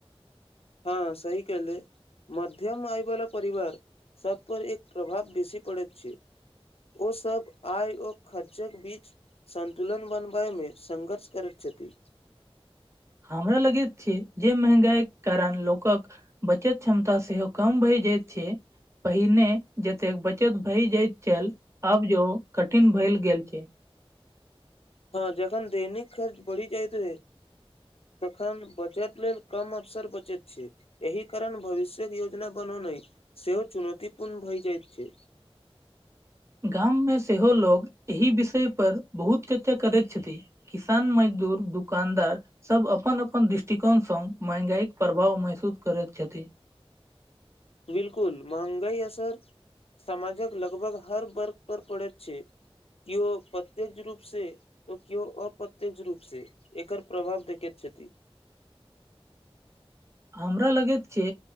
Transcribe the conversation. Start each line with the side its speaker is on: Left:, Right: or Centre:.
Left: हँ सही कहले मध्यम आयवला परिवार सब पर एक प्रभाव बेसी पड़ैत छै। ओसब आय ओ खर्चक बीच सन्तुलन बनबैय मे संघर्ष करैत छथि।
Right: हमरा लगेत छै जे महगाई कारण लोकक बचत क्षमता सेहो कम भय जयत छै पहिने जतेक बचत भए जाइत छल आब जो कठिन भए गेल छै।
Left: हँ जखन दैनिक खर्च बढ़ि जाइतत तखन बचत लेल कम अवसर बचैत छै। एहि कारण भविष्यक योजना बनौना सेहो चुनौतीपूर्ण भय जाइत छै।
Right: गाममे सेहो लोक एहि विषयपर बहुत <unintelligible> करैत छथिन। किसान मजदूर दुकानदार सब अपन अपन दृष्टिकोणसँ महँंगाईक प्रभाव महसूस करैत छथि।
Left: बिल्कुल महंगाई असर सामाजक लगभग हर वर्ग पर पड़ैत छै। कियो प्रत्येक रूपसँ तऽ केओ औ अप्रत्यक्ष रूपसँ एकर प्रभाव देखैत छथि
Right: हमरा लगै छै